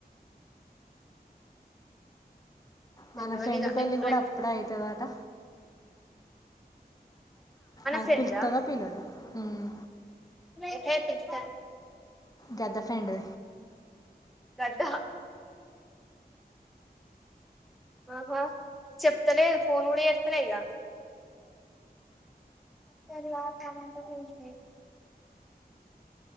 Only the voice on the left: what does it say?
మన ఫ్రెండ్ పెళ్ళి
కూడా
అప్పుడే అవుతుందట అది
పిల్
త్తదా పిలదా హ్మ్
పెద్ద ఫెండు